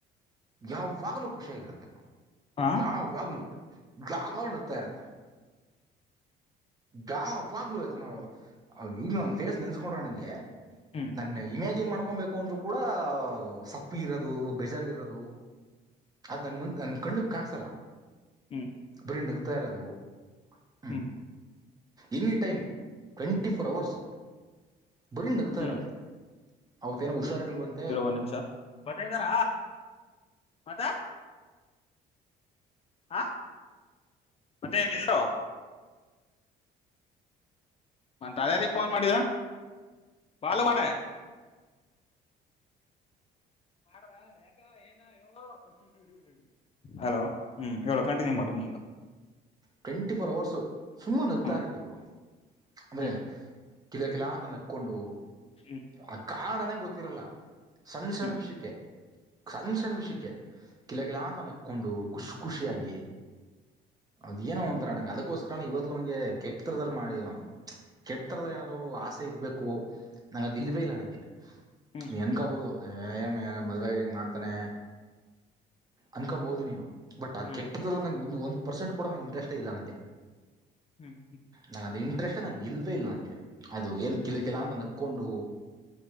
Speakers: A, on the right (about 20°); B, on the left (about 35°).
A: ಯಾವಾಗಲೂ ಖುಷಿಯಾಗಿರುತ್ತೆಬ್ರು.
B: ಹಾ
A: ಯಾವಾಗ ಯಾವಾಗ ನುಗ್ತಾ ಇರತ್ತೆ. ಯಾವಾಗ್ಲುೂ ನ ಈಗ ನ ಫೇಸ್ ನೆನೆಸ್ಕೊಂಡ್ರ ನಂಗೆ.
B: ಹ್ಮ್
A: ನನ್ನ ಇಮ್ಯಾಜಿನ್ ಮಾಡ್ಕೊಬೇಕು. ದ್ರು ಕೂಡ ಸಪ್ಪಿ ಇರೋದು ಬೇಜಾರ್ ಇರೋದು ಅದನ್ನ ನ ಕಂಡು. ಕಾಣಿಸಲ್ಲ.
B: ಹ್ಞೂ
A: ಬರೀ ನಗ್ತಾ ಇರೋದು. ಹ್ಞೂ
B: ಹ್ಮ್
A: any time twenty four hours. ಬರೀ ನಗ್ತಾ
B: ಹ್ಮ್
A: ಇರೋದೆ ಅವತೇಏನ ಹುಷಾರಿಲ್ವಂತ.
B: ಇರು ಒಂದ ನಿಮಷ ಬರತ್ತ ಇದ್ರ... ಮತ್ತೆ. ಹ ಮತ್ತೆ ಹೇಗ ಇದ್ರಿರೋ. ಮ ಅದದ ಫೋನ್ ಮಾಡಿದ.. ಬಾಲು ಮಾಡ. ಹಾ ಹಾ.... ಹಲೋ. ಹ್ಮ್ ಹೇಳೋ ಕಂಟನೀವ್
A: ಹ್ಮ್
B: ಮಾಡೋ ನಿ.
A: ಟ್ವೆಂಟಿ ಫೋರ್ ಅವರ್ಸು ಸುಮ್ಮನೆ ನಗ್ತಾ
B: ಹ್ಮ್
A: ಇರತ್ತೆ ಗುರು. ಅಂದ್ರೆ
B: ಹ್ಮ್
A: ಕಿಲ ಕಿಲ ಅಂತ ನಕೊಂಡು.
B: ಹ್ಞ
A: ಆ ಕಾರನನೇ ಗೊತ್ತಿರಲ್ಲ ಸಣ್ಣ
B: ಹ್ಮ್
A: ಸಣ್ಣ ವಿಷಯಕ್ಕೆ. ಸಣ್ಣ ಸಣ್ಣ ವಿಷಯಕ್ಕೆ ಕಿಲಗಿಲ ಅಂತ ನಕ್ಕೊಂಡು ಖುಷ್ ಖುಷಿಯಾಗಿ. ಅದೆ ಏನೋ ಒಂರ ನಂಗೆ ಅದಕ್ಕೋಸ್ಕರ ಇವತ್ತು ನಂಗೆ ಕೆಟ್ಟ ತರದದಲ್ಲಿ ಮಾಡ. ಕೆಟ್ಟರದಲ್ಲಿ ಏನಾದ್ರು ಆಸೆ ಇರ್ಬೇಕು ನಂಗ ಅದು ಇಲ್ವೇ ಇಲ್ಲ ನಂಗೆ.
B: ಹ್ಮ್ ಹ್ಮ್
A: ಹೆಂಗಬೋದು ಹೇ.. ಏನ್ ಮದುವೆಯ ಹಿಂಗ ಮಾಡ್ತಾನೆ ಅನ್ಕೋಬಹದು ನೀನು. ಬಟ್ ಆ
B: ಹ್ಮ್
A: ಕೆಟ್ಟದಲ್ಲ ನಂಗೆ ಒಂದು ಒಂದ್ ಪರ್ಸೆಂಟ್ ಕೂಡ ನಗೆ ಇಂಟ್ರೆಸ್ಟ್ ಇಲ್ಲ ನಂಗೆ.
B: ಹ್ಮ್
A: ನಂಗ ಅಂದ ಇಂಟ್ರೆಸ್ಟ್ ನಂಗೆ ಇಲ್ವೇ ಇಲ್ಲ ನಂಗೆ ಅದು ಏನ್ ಕಿಲಕಿಲ್ಲ ಅಂತ ನಕ್ಕೊಂಡು.